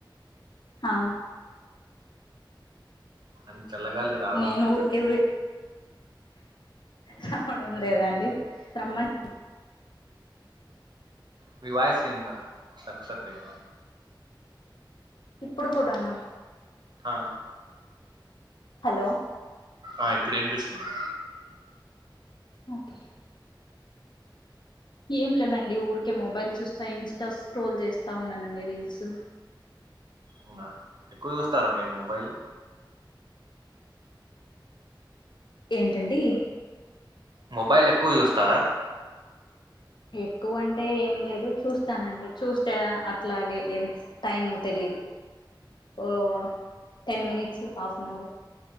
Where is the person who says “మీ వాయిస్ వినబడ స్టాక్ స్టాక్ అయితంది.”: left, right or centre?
Right